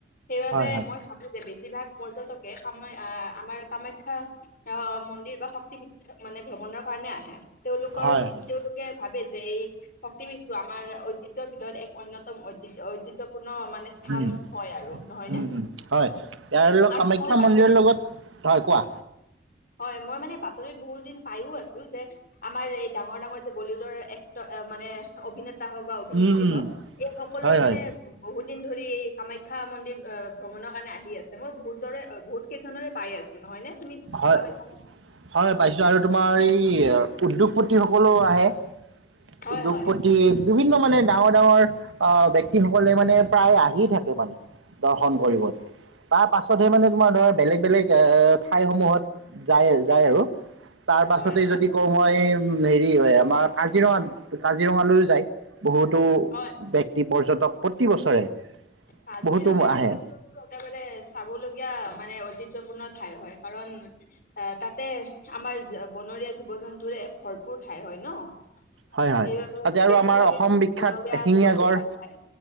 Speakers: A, on the left; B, on the right.
A: সেইবাবে
B: হয় হয়
A: মই ভাবো যে বেছিভাগ পৰ্যটকে কামা আহ আমাৰ কামাখ্যা আহ মন্দিৰ বা শক্তি বি মানে ভ্ৰমণৰ কাৰণে আহে তেওঁলোকৰ
B: হয় হয়
A: লোকে ভাবে যে এই শক্তি বিদটো আমাৰ ঐতিহ্যৰ ভিতৰত এক অন্যতম অ ঐতিহ্যপূৰ্ণ মানে স্থান
B: উম
A: হয় আৰু নহয়
B: উম
A: নে?
B: উম হয় ইয়াৰ লগ
A: আৰু
B: কামাখ্যা
A: মই বাতৰিত
B: মন্দিৰৰ লগত হয় কোৱা
A: হয় মই মানে বাতৰিত বহুত দিন পাইও আছো যে আমাৰ এই ডাঙৰ-ডাঙৰ যে বলীউডৰ এক্টৰে মানে অভিনেতা হওঁক বা অভিনেত্ৰী
B: উম, উম,
A: হওঁক এই সকলোৱে
B: হয়
A: মানে
B: হয়
A: বহুত দিন ধৰি এই কামাখ্যা মন্দিৰ ভ্ৰমণৰ কাৰণে আহি আছে মই বহুতৰে বহুত কেইজনেৰে পাই আছো নহয় নে তুমি
B: হয়
A: দেখা পাইছানে?
B: হয় পাইছিলো আৰু তোমাৰ এই উদ্যোগপতি সকলো আহে
A: হয়
B: উদ্যোগপতি
A: হয়।
B: বিভিন্ন মানে ডাঙৰ ডাঙৰ আহ ব্যক্তিসকলে মানে প্ৰায় আহি থাকে মানে দৰ্শন কৰিব। তাৰ পাছতহে মানে তোমাৰ ধৰ বেলেগ বেলেগ এ ঠাইসমূহত যায় যায় আৰু তাৰ পাছতে
A: হয়
B: যদি কওঁ মই হেৰি হয় আমাৰ কাজিৰঙাত কাজিৰঙালৈও যায় বহুতো
A: হয়
B: ব্যক্তি পৰ্যটক প্ৰতি বছৰে
A: কাজিৰঙাৰ
B: বহুতো
A: ৰাষ্ট্ৰ
B: আহে
A: উদ্যান একেবাৰে চাব লগীয়া মানে ঐতিহ্যপূৰ্ণ ঠাই হয় কাৰণ আহ তাতে আমাৰ বনৰীয়া জীৱ জন্তুৰে ভৰপুৰ ঠাই হয় ন।
B: হয় হয়
A: সেইবাব
B: তাতে আৰু
A: বেছিভাগে
B: আমাৰ অসম বিখ্যাত
A: বনৰীয়া
B: এশিঙীয়া
A: জীৱ-জন্তু
B: গড়
A: ভাল পায়।